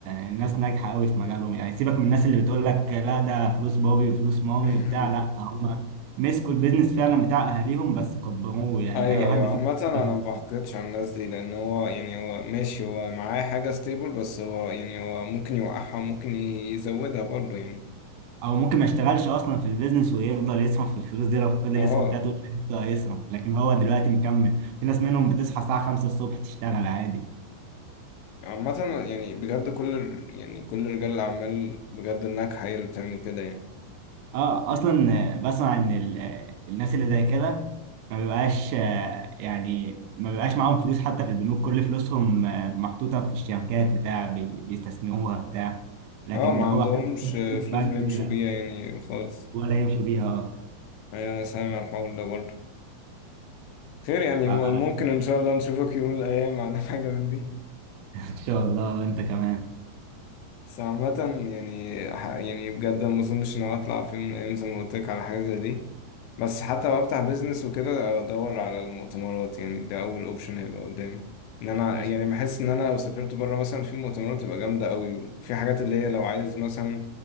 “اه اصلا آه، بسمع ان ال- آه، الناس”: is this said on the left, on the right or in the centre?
Right